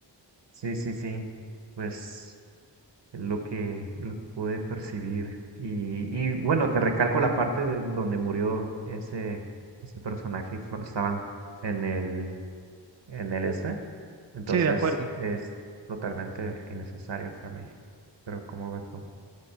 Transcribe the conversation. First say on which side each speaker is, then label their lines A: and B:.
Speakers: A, on the right; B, on the right.
A: Sí, sí, sí, pues es lo que, lo que pude percibir. Y, y bueno, te recalco la parte de donde murió ese, ese personaje cuando estaban en el, en el S. Entonces
B: Sí, de acuerdo.
A: es totalmente innecesario para mí. Pero como ves tú?